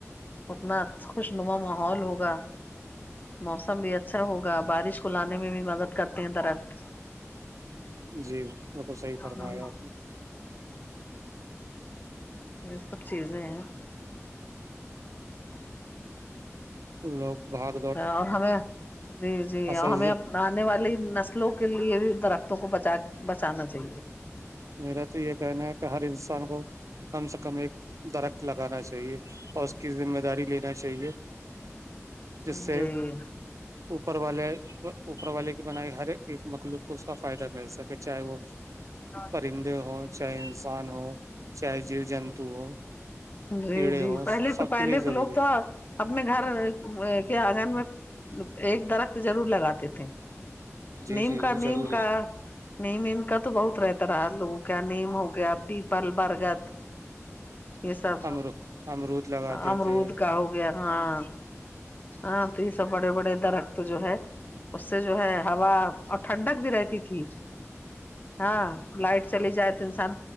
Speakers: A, on the left (about 35°); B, on the right (about 80°).
A: اتنا خوش نما ماحول ہوگا موسم بھی اچھا ہوگا بارش کو لانے میں بھی مدد کرتے ہیں درخت
B: جی وہ تو صحیح فرمایا
A: ہ
B: آپ نے
A: یہ سب چیزیں ہیں
B: لوگ باہر
A: اور ہمیں جی جی
B: اصل
A: اور ہمیں آنے والی نسلوں کے لیے درختوں کو بچا بچانا چاہیے
B: میرا تو یہ کہنا ہے کہ ہر انسان کو کم سے کم ایک درخت لگانا چاہیے اور اس کی ذمہ داری لینا چاہیے
A: <inaudible>
B: جس سے
A: جی
B: اوپر والے اوپر والے کی بنائی ہر ایک مخلوق کو اس کا فائدہ مل سکے چاہے وہ
A: ہاں
B: پرندے ہو چاہے انسان ہو چاہے جیو جنتو ہو
A: جی
B: کیڑے
A: جی
B: ہو
A: پہلے
B: سب
A: پہلے
B: کے لیے ضروری
A: لوگ تو
B: ہے
A: اپنے گھر کے آنگن میں ایک درخت ضرور لگاتے تھے
B: جی
A: نیم
B: جی
A: کا
B: وہ
A: نیم
B: ضروری
A: کا
B: ہے
A: نیم ایم کا تو بہت رہتا رہا لوگوں کیا نیم ہو گیا پیپل برگد یہ سب
B: امر امرود لگاتے
A: امرود
B: تھے
A: کا ہو گیا ہاں ہاں تو سب بڑے بڑے درخت تو جو ہے اس سے جو ہے ہوا اور ٹھنڈک بھی رہتی تھی ہاں لائٹ چلی جائے تو انسان